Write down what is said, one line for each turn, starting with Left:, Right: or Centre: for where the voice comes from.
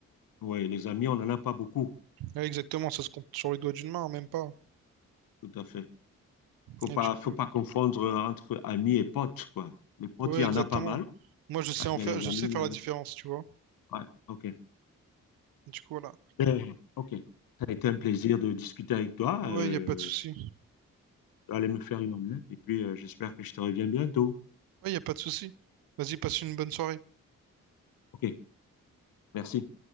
Left: Ouais, les amis, on n'en a pas beaucoup.
Right: Ouais, exactement, ça se compte sur les doigts d'une main, même pas.
Left: Tout à fait. faut
Right: Et
Left: pas,
Right: du coup,
Left: faut pas confondre entre amis et potes, quoi. Les potes,
Right: Ouais,
Left: il y
Right: exactement.
Left: en a pas mal,
Right: Moi, je sais
Left: ouais,
Right: en
Left: mais
Right: faire,
Left: les
Right: je
Left: amis,
Right: sais faire
Left: il y en
Right: la différence,
Left: a.
Right: tu vois.
Left: Ouais, ok.
Right: Du coup, voilà.
Left: Ben, ok. Ça a été un plaisir de discuter avec toi.
Right: Ouais,
Left: Euh,
Right: y a pas de souci.
Left: je vais aller me faire une omelette et puis euh, j'espère que je te reviens bientôt.
Right: Ouais, y a pas de souci. Vas-y, passe une bonne soirée.
Left: Ok, merci.